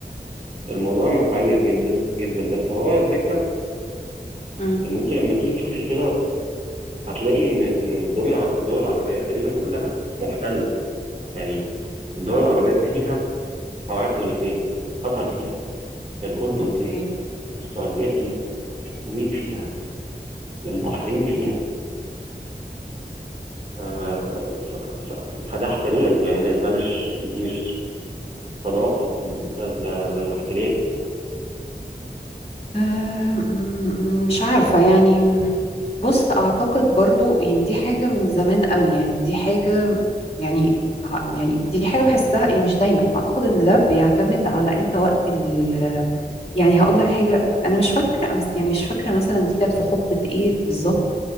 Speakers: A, on the right; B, on the left.
A: الموضوع محير جدا جدا بس هو الفكره
B: امم
A: ان انت لما تيجي تشوفي كده هتلاقي ان ان الدول الع- الدول العربيه تقريبا كلها محتله يعني الدول العربية فيها قواعد أمريكية قطر فيها الأردن
B: اوكي
A: فيها السعودية فيها الكويت فيها البحرين فيها آه، ف- ف- فده احتلال يعني ده, ده مش دي مش صداقة ده ده, ده, ده احتلال
B: آه، م- م- مش عارفة يعني بص أعتقد برضو يعني دي حاجة من زمان قوي يعني دي حاجة يعني ع- يعني دي حاجة بحسها يعني مش دايما أعتقد إن ده بيعتمد على أنت وقت ال يعني هقول لك حاجة أنا مش فاكرة أمس يعني مش فاكرة مثلا دي كانت في حقبة إيه بالظبط